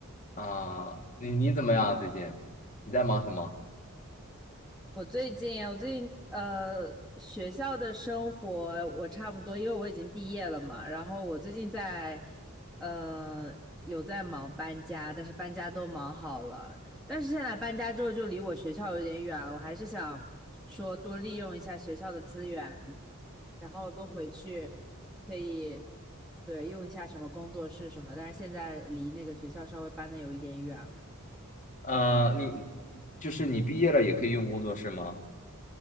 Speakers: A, on the left (about 35°); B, in the centre.
A: 啊，你你怎么样啊最近？你在忙什么？
B: 我最近，我最近呃，学校的生活我差不多，因为我已经毕业了嘛。然后我最近在呃有在忙搬家，但是搬家都忙好了。但是现在搬家之后就离我学校有点远了，我还是想说多利用一下学校的资源，然后多回去可以对用一下什么工作室什么。但是现在离那个学校稍微搬的有一点远了。
A: 呃，你就是你毕业了也可以用工作室吗？